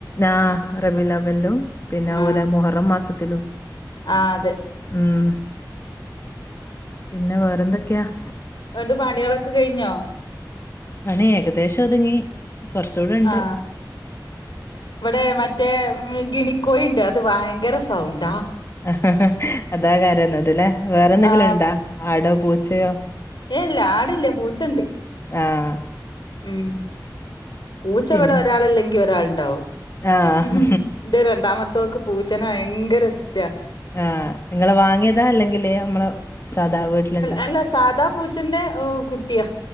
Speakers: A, on the left; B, on the left.
A: ആഹ് റബീയുവ്വ്ലിലും പിന്നെ അതുപോലെ
B: ആ
A: മുഹറം മാസത്തിലും-
B: ആ അതെ
A: ഉം പിന്നെ വേറെന്തൊക്കെയാ-
B: ന്നട്ട് പണികളൊക്കെ കഴിഞ്ഞോ?
A: പണി ഏകദേശം ഒതുങ്ങി കൊറച്ചൂടെണ്ട്-
B: ആ ഇവിടെ മറ്റേ ഗിനിക്കോയിണ്ട് അത് വയങ്കര സൗണ്ട്-
A: ആഹ് ഹ്ഹ അതാ കരയന്നത് ലെ വേറെന്തെങ്കിലും
B: ആ
A: ണ്ടോ ആടോ പൂച്ചയോ-
B: ഏ ഇല്ല ആടില്ല പൂച്ചണ്ട്-
A: ആഹ്-
B: ഉം പൂച്ചവിടെ
A: പിന്നെ
B: ഒരാളല്ലെങ്കി ഒരാളിണ്ടാകും-
A: ആഹ്.
B: ഉം ഇന്റെ രണ്ടാമത്തൊക്ക്‌ പൂച്ചനെ ഭയങ്കര ഇഷ് ടാ
A: ആഹ്. നിങ്ങള് വാങ്ങിയതാ? അല്ലെങ്കില് നമ്മളെ സാധാ വീട്ടില്ണ്ടാ?
B: അല്ല സാധാപൂ പൂച്ചന്റെ ഓഹ് കുട്ടിയാ-